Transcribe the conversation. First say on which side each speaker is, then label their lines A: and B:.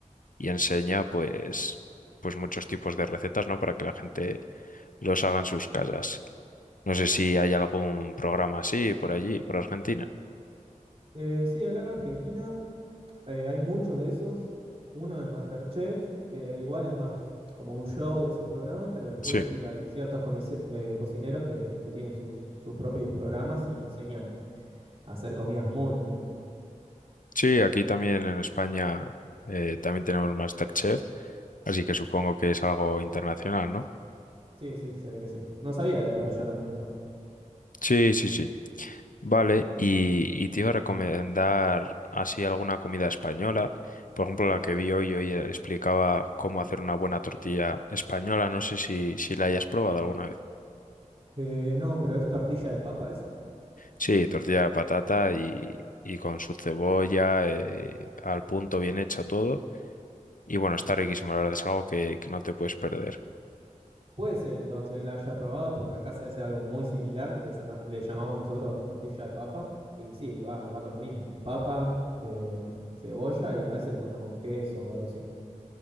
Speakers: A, on the left (about 80°); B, on the right (about 45°).
A: y enseña pues, pues muchos tipos de recetas, ¿no? Para que la gente los haga en sus casas. No sé si hay algún programa así por allí, por Argentina.
B: Eh, sí, acá en Argentina eh, hay muchos de esos. Uno es MasterChef, que igual es más como un show ese programa, pero después
A: Sí.
B: sí hay ciertos conice- eh, cocineros que, que tienen sus, sus propios programas y enseñan a hacer comidas muy ricas.
A: Sí, aquí también en España eh, también tenemos MasterChef, así que supongo que es algo internacional, ¿no?
B: Sí, sí, se ve que sí. No sabía que por allá también estaba.
A: Sí, sí, sí. Vale, y, y te iba a recomendar así alguna comida española. Por ejemplo, la que vi hoy, hoy explicaba cómo hacer una buena tortilla española. No sé si, si la hayas probado alguna vez.
B: Eh, no, pero ¿es tortilla de papa eso?
A: Sí, tortilla de patata y, y con su cebolla, eh, al punto, bien hecho todo. Y bueno, está riquísimo, la verdad es algo que, que no te puedes perder.
B: Puede ser entonces que la haya probado, porque acá se hace algo muy similar, les- le llamamos nosotros tortilla de papa, y sí, va, va con lo mismo, papa, eh, cebolla y a veces le mandamos queso o algo así.